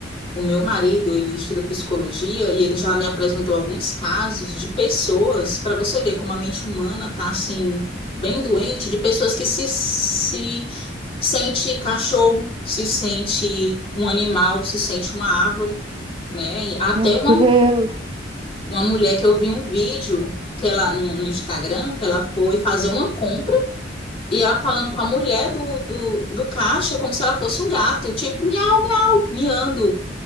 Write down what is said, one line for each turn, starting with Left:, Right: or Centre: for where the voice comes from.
Left: o meu marido, ele estuda psicologia e ele já me apresentou alguns casos de pessoas, para você ver como a mente humana tá, assim, bem doente, de pessoas que se, se sente cachorro, se sente um animal, se sente uma árvore, né? E até
Right: <laughs> Meu
Left: uma
Right: Deus,
Left: Uma mulher que eu vi um vídeo que ela, no, no Instagram, que ela foi fazer uma compra e ela falando com a mulher do, do, do caixa como se ela fosse um gato, tipo, miau, miau, miando.